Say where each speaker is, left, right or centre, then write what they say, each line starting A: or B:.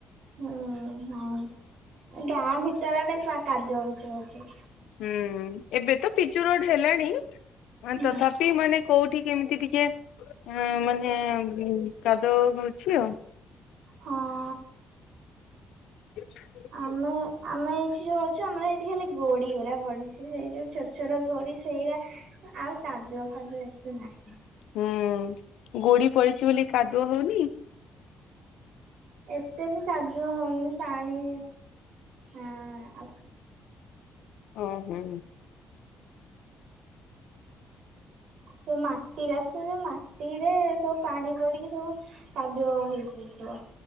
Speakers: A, on the right; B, on the left.
A: ହୁଁ ନାଇଁ ଗାଁ ଭିତରେ ଆଡ଼େ କାଦୁଅ ପୋଚ ଫୋଛ
B: ହୁଁ ଏବେ ତ ପିଚୁ ରୋଡ ହେଲାଣି
A: ହୁଁ।
B: ତଥା ମାନେ କୋଉଠି କେମିତି ଟିକେ ଅ ମାନେ କାଦ ଅଛି ଆଉ।
A: ହଁ।
B: <inaudible>
A: ଆମେ ଆମେ ଏଇଠି ଯୋଉ ଅଛୁ ଆମର ଏଇଠି ଖାଲି ଗୋଡି ଗୁଡା ପଡିଛି ସେଇ ଯୋଉ ଛୋଟ ଛୋଟ ଗୋଡି ସେଇରା ଆଉ କାଦୁଅ ଫାଦୁଅ ଏତେ ନାଇ।
B: ହୁଁ ଗୋଡି ପଡିଛି ବୋଲି କାଦୁଅ ହଉନି।
A: ଏତେ ବି କାଦୁଅ ହଉନି ପାଣି। ହଁ ଆ
B: ଓ ହୋ।
A: ସେ ମାଟି ରାସ୍ତା ମାଟିରେ ସବୁ ପାଣି ପଡ଼ିକି ସବୁ କାଦୁଅ ହେଇଯାଇଥିବ।